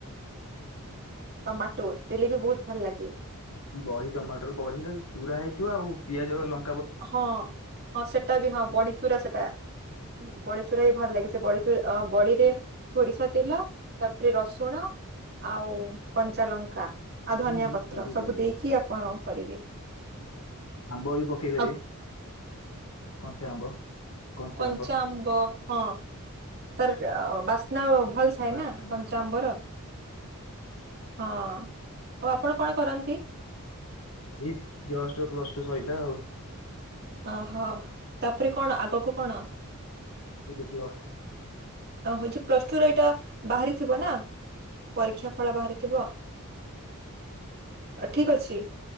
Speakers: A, on the right; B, on the left.
A: ଟମାଟୋ ଦେଲେବି ବହୁତ ଭଲ ଲାଗେ।
B: ବଢି ଟମାଟର ବଢିରେ ଚୁରା ହେଇଥିବ ଆଉ ପିଆଜ ଲ
A: ହଁ ହଁ ସେଟା ବି ହଁ ବଡିଚୁରା ସେଟା ବଡିଚୁରା ବି ଭଲ ଲାଗେ। ସେ ବଡି ଚୁ ବଡିରେ ସୋରିଷ ତେଲ ତାପରେ ରସୁଣ ଆଉ କଞ୍ଚାଲଙ୍କା ଆଉ
B: ହୁଁ
A: ଧନିଆ ପତ୍ର ସବୁ
B: ପଡେ
A: ଦେଇକି ଆପଣ କରିବେ।
B: ଆମ୍ବ ବି ପକେଇ ପାରିବେ
A: ଆଉ
B: କଞ୍ଚା ଆମ୍ବ। କଞ୍ଚା
A: କଞ୍ଚାଆମ୍ବ
B: ଆମ୍ବ
A: ହଁ। ତାର ବାସ୍ନା ଭଲ ଥାଏ
B: ବାସ୍
A: ନା କଞ୍ଚା
B: ହଁ।
A: ଆମ୍ବର। ହଁ ଆଉ ଆପଣ କଣ କରନ୍ତି?
B: ଏ ଜଷ୍ଟ ପ୍ଲସ ଟୁ ସରିଲା ଆଉ।
A: ଅହୋ ତାପରେ କଣ ଆଗକୁ କଣ
B: ସବୁ ଡିପ୍ଲ
A: ଅ ହଉଛି ପ୍ଲସ ଟୁ ର ଏଇଟା ବାହାରିଥିବ ନା? ପରୀକ୍ଷା ଫଳ ବାହାରିଥିବ ଠିକ ଅଛି।